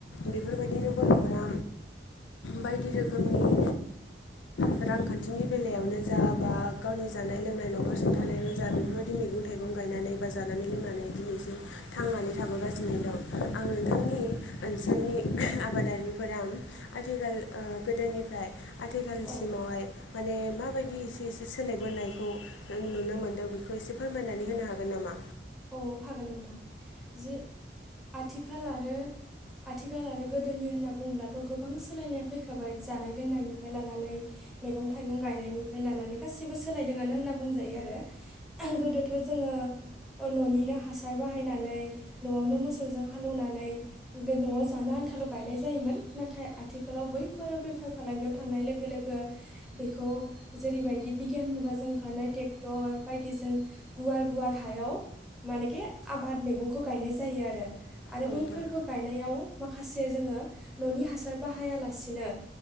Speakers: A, on the left; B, in the centre.
A: बेफोरबायदिनो बर'फोरा <inaudible> बायदि रोखोमनि ओ रांखान्थिनि बेलायावनो जा बा गावनि जानाय लोंनाय न'खर सुंथानायावनो
B: औ
A: जा बेफोर बि मैगं थाइगं गायनानै बा जानानै लोंनानै दिनैसिम थांनानै थाबोगासिनो दं। आं नोंथांनि ओनसोलनि <unintelligible> आबादारिफोरा आथिखाल ओ गोदोनिफ्राय आथिखालसिमावहाय
B: औ औ
A: माने माबायदि एसे एसे सोलायबोनायखौ नुनो मोन्दों बेखौ एसे फोरमायनानै होनो हागोन नामा?
B: औ हागोन नोंथां जे आथिखाल आरो आथिखाल आरो गोदोनि होनना बुंब्लाथ' गोबां सोलायनायानो फैखाबाय जानाय लोंनायनिफ्राय लानानै मैगं थाइगं गायनायनिफ्राय लानानै गासैबो सोलायदोंआनो होनना बुंजायो आरो <unintelligible> गोदोथ' जोङो ओ न'निनो हासार बाहायनानै न'आवनो मोसौजों हालौनानै बे न'आव जानो आन्थाल' ल' गायनाय जायोमोन नाथाय आथिखालाव बैफोर बेफार फालांगियाव थांनाय लोगो लोगो बेखौ जेरैबायदि बिगियान मुगाजों ओंखारनाय टेक्टर बायदिजों गुवार गुवार हायाव मानेके आबाद मैगंखौ गायनाय जायो आरो आरो
A: औ नोंथां
B: बैफोरखौ गायनायाव माखासे जोङो न'नि हासार बाहायालासिनो